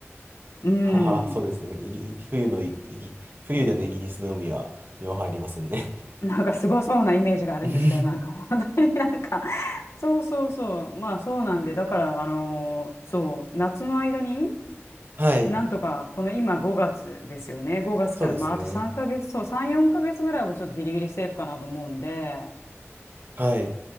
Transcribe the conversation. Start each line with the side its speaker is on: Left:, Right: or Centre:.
Right: <laughs>
Left: うん。
Right: はは、そうですね。いい冬のい、い冬でのイギリスの海は、よう入りますね。
Left: なんかすごそうなイメージがあるんですけど、
Right: <laughs>
Left: なんか本当になんか、<laughs> そうそうそう、まあそうなんで、だから、あのーそう、夏の間に、
Right: はい。
Left: なんとか、この今5月ですよね、5月から、
Right: そうですね。
Left: まああと3ヶ月、そう、3、4ヶ月ぐらいはちょっとギリギリセーフかなと思うんで、
Right: はい。